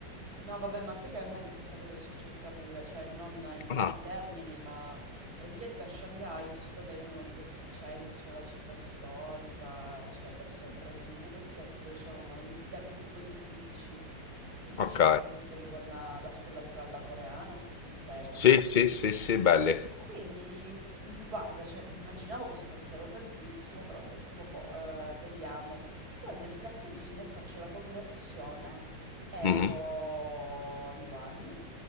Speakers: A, on the right; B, on the left.
A: No, vabbè, ma sai che a me questa cosa è successa pure, cioè non in questi
B: Ah,
A: termini, ma praticamente a Shanghai sono stata in uno di questi centri, cioè la città storica, eccetera, e sono entrata in un negozietto dove c'erano il- gli abiti quelli tipici, non so se
B: ok,
A: ce li hai presenti, quelli con la, la scollatura alla coreana, tutti in seta.
B: sì, sì, sì, sì, belli,
A: Quindi, mh, guarda, cioè, immaginavo costassero tantissimo, però ho detto, vabbè, eh, vediamo. Guardo il cartellino e faccio la conversione euro-yuan
B: Mhm,